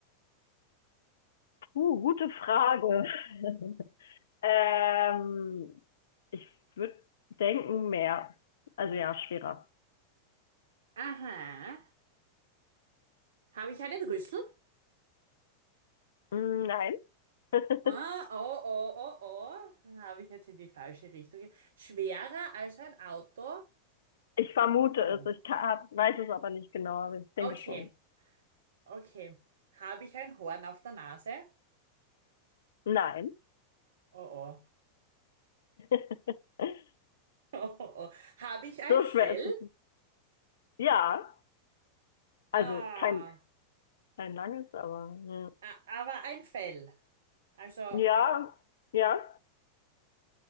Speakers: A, on the left (about 60°); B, on the right (about 60°).
A: Uh, gute Frage. <laughs> Ähm, ich würde denken mehr. Also ja, schwerer.
B: Aha. Habe ich einen Rüssel?
A: Mm, Nein, <laughs>
B: Ah, oh, oh, oh, oh. Dann habe ich jetzt in die falsche Richtung. ge- Schwerer als ein Auto?
A: Ich vermute es.
B: Uh.
A: Ich kann, hab- weiß es aber nicht genau, aber ich denke
B: Okay,
A: schon.
B: okay. Habe ich ein Horn auf der Nase?
A: nein,
B: Oh, oh. <laughs>
A: <laughs>
B: Oh, oh, oh. Habe ich ein
A: So
B: Fell?
A: schwer ist es. nicht. Ja, also
B: Ah,
A: kein, kein langes, aber ja.
B: a- aber ein Fell. Also,
A: Ja, ja.